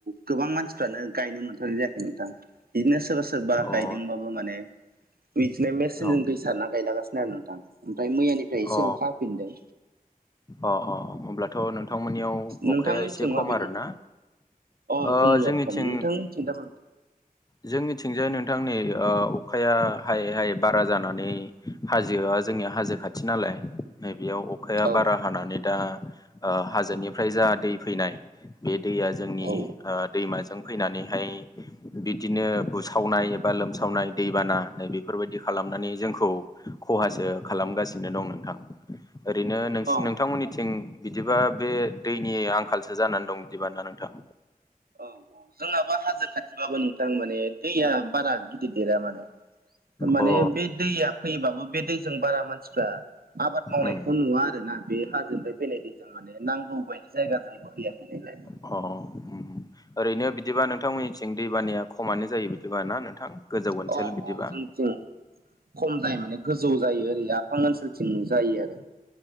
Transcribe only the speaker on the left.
औ
अ औ
अ
अ अ होमब्लाथ' नों थांमोननियाव
अखाया एसे
खम आरोना
ओह
जोंनिथिं
जोंनिथिंजाय नोंथां नै ओ अखाया हायै हायै बारा जानानै हाजोआ जोंनिया हाजो खाथि नालाय नैबेयाव अखाया
बारा हानानै दा हाजोनिफ्राय जा दै फैनाय बे दैया जोंनि
दैमाजों फैनानैहाय बिदिनो बुसावनाय एबा लोमसावनाय दैबाना नै बेफोरबायदि खालामनानै जोंखौ खहासो खालामगासिनो दं नोंथां ओरैनो नोंसि
नोंथांमोननिथिं बिदिबा बे दैनि आंखालसो जानानै दं बिदिबा नोंथां
अ
उम
अ औ ओरैनो बिदिबा नोंथांमोननिथिं दैबानाया खमानो जायो बिदिबा ना नोंथां गोजौ ओनसोल
बिदिबा